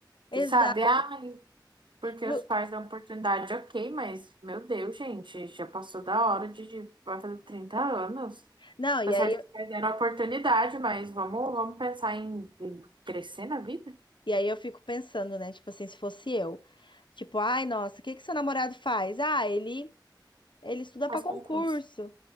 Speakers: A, on the left (about 80°); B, on the right (about 85°).
A: Exato.
B: Tu sabe? Ah, porque
A: Eu-
B: os pais dão oportunidade, ok, mas, meu Deus, gente, já passou da hora de, de vai fazer 30 anos.
A: Não, e
B: Tá certo
A: aí, eu-
B: que perderam a oportunidade, mas vamos, vamos pensar em, em crescer na vida?
A: e aí eu fico pensando, né? Tipo assim, se fosse eu. Tipo, ai, nossa, o que que seu namorado faz? Ah, ele. Ele estuda
B: Faz
A: para concurso.
B: concurso.